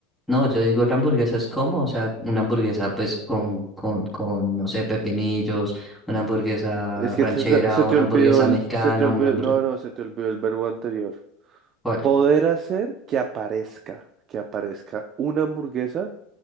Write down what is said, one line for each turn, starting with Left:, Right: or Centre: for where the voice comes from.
Centre: No, yo digo la hamburguesa es como, o sea, una hamburguesa pues con, con, con, no sé, pepinillos, una hamburguesa
Right: Es que
Centre: ranchera,
Right: te- se
Centre: una
Right: te olvidó
Centre: hamburguesa
Right: el,
Centre: mexicana,
Right: se te olvidó,
Centre: una hamburguesa...
Right: no, no, se te olvidó el verbo anterior.
Centre: ¿Cuál?
Right: Poder hacer que aparezca, que aparezca una hamburguesa